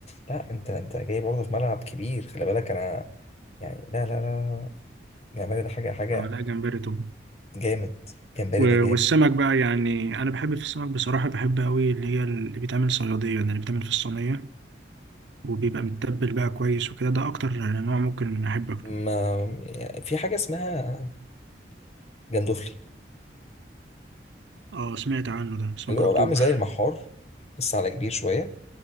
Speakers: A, on the left; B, on the right.
A: لا انت انت جاي برضه في ملعب كبير خلي بالك انا يعني لا لا لا لا، جمبري ده حاجة حاجة
B: اه لا جمبري طبعا
A: جامد جمبري
B: و-
A: ده جامد
B: والسمك بقى يعني انا بحب في السمك بصراحه بحب قوي اللي هي اللي بيتعمل صياديه ده اللي بيتعمل في الصينيه وبيبقى متبل بقى كويس وكده ده اكتر نوع ممكن احب اكله
A: ما يعني في حاجة اسمها جندوفلي
B: اه سمعت عنه ده بس
A: اللي
B: ما جربتوش
A: هو عامل زي المحار بس على كبير شوية